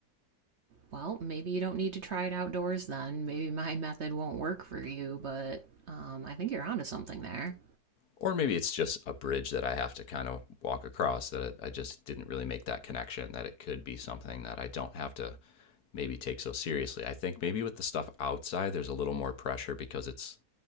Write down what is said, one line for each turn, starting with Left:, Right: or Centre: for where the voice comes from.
Right: Well, maybe you don't need to try it outdoors then. Maybe my <laughs> method won't work for you, but um, I think you're onto something there.
Left: Or maybe it's just a bridge that I have to kind of walk across that I just didn't really make that connection that it could be something that I don't have to maybe take so seriously. I think maybe with the stuff outside, there's a little more pressure because it's,